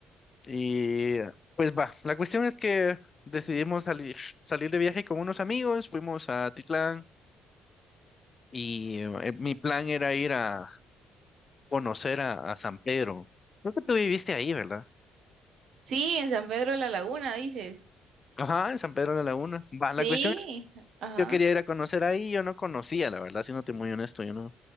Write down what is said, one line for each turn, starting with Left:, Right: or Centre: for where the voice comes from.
Left: Y pues va, la cuestión es que decidimos salir, salir de viaje con unos amigos, fuimos a Titlán y eh, mi plan era ir a conocer a, a San Pedro. Creo que tú viviste ahí, ¿verdad?
Right: Sí, en San Pedro de la Laguna, dices.
Left: Ajá, en San Pedro de la Laguna. Va,
Right: Sí,
Left: la cuestión es,
Right: ajá.
Left: yo quería ir a conocer ahí, yo no conocía, la verdad, siéndote muy honesto, yo no,